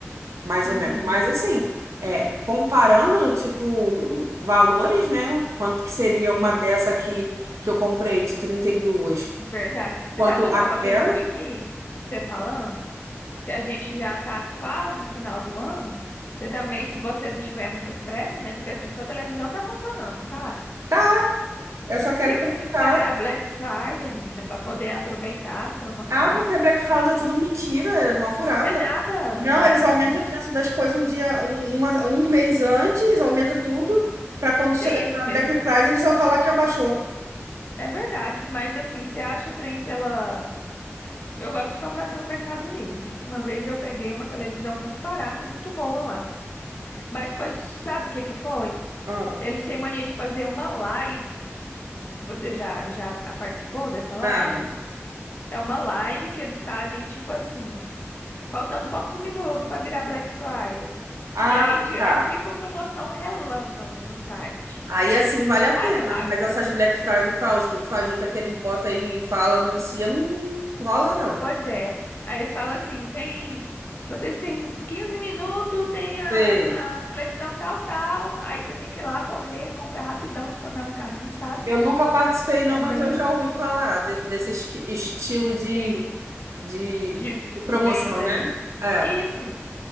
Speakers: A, on the right; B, on the left.
A: Mais
B: Aham,
A: ou menos. Mas assim, é, comparando, tipo, valores, né? Quanto que seria uma
B: sim,
A: dessa aqui que eu comprei de 32?
B: verdade. Você
A: Quanto
B: sabe que eu tava
A: aquela?
B: pensando aqui, você falando, que a gente já tá quase final do ano. Você também, se você não tiver muita pressa, né? Porque assim, sua televisão tá funcionando, não tá?
A: Tá, eu só quero
B: Por que
A: trocar.
B: que você não espera a Black Friday, menina, pra poder aproveitar as promoções?
A: Ah, porque Black Fraud é tudo mentira, é uma furada.
B: Não é nada,
A: Não,
B: amiga.
A: eles aumentam
B: né?
A: o preço das coisas um dia, um, uma- um mês antes, aumenta tudo, para quando chegar
B: Tem
A: na
B: isso mesmo.
A: Black Friday eles vão falar que abaixou.
B: É verdade. Mas assim, você acha o trem pela. Eu gosto de comprar pelo Mercado Livre. Uma vez eu peguei uma televisão muito barata e muito boa lá. Mas foi, sabe o que que foi?
A: Ah,
B: Eles têm mania de fazer uma live. Você já já participou dessa live?
A: não.
B: É uma live que eles fazem tipo assim, faltando poucos minutos para virar Black Friday.
A: Ah,
B: E aí ti-
A: tá.
B: é tipo promoção relâmpago no site.
A: Aí assim vale a pena,
B: Agora, a-
A: mas essas Black Friday faju- fajuta que eles botam aí e fala, anuncia, não rola não.
B: pois é. Aí eles falam assim, tem vocês têm 15 minutos, tem a,
A: Sei.
B: a televisão tal, tal. Aí você tem que ir lá correr, comprar rapidão, adicionar no carrinho, sabe?
A: Eu nunca participei não,
B: Também.
A: mas eu já ouvi falar de- desse esqui- estilo
B: Sim.
A: de, de,
B: de
A: de promoção,
B: venda aí.
A: né? É,
B: Isso.